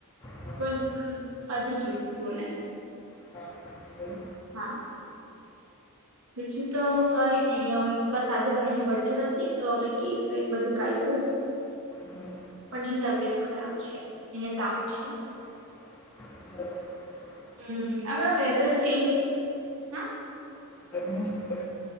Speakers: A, on the left; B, on the right.
A: ના
B: પણ અજી જોર થી બોલાય.
A: હા બોલ
B: હા બીજું તો કઈ નહી અમ બસ આજે ભાઈ ની બર્ડે હતી તો અમે કેક વેક બધું કાયપુ.
A: ના
B: પણ એની તબિયત ખરાબ છે એને તાવ છે.
A: બરોબર
B: હમ હમણા વેદર ચેન્જ હા
A: જમ શ બ <unintelligible>